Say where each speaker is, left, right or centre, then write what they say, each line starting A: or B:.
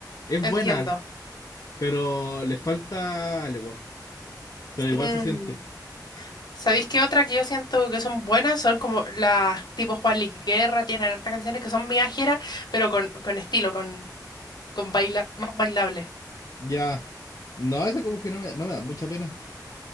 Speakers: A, on the left; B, on the left.
A: Es
B: entiendo.
A: buena, pero le falta algo, pero igual
B: Mm,
A: se siente.
B: ¿Sabéis qué otra que yo siento que son buenas? Son como las tipo Juan Guerra, tienen hartas canciones que son viajeras, pero con, con estilo, con, con baila, más bailable.
A: Ya. No, eso
B: Mm.
A: como que no me, no me da mucha pena.